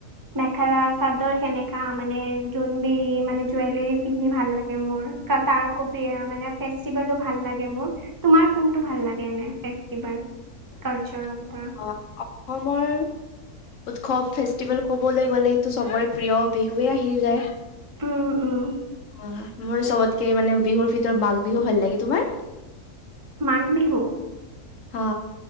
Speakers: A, on the right; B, on the left.
A: মেখেলা চাদৰ সেনেকা মানে যোনবিৰি মানে জুৱেলাৰী পিন্ধি ভাল লাগে মোৰ তাৰ আকৌ মানে ফেষ্টিভেলো ভাল লাগে মোৰ তোমাৰ কোনটো ভাল লাগে এনে ফেষ্টিভেল
B: উ <unintelligible>
A: কালচাৰ এটা
B: অ অসমৰ উৎসৱ ফেষ্টিভেল ক'বলৈ গ'লেটো সবৰে প্ৰিয় বিহুৱে আহি যায়
A: উম উম
B: অ মোৰ চবতকে মানে বিহুৰ ভিতৰত মাঘ বিহু ভাল লাগে তোমাৰ
A: মাঘ বিহু
B: হা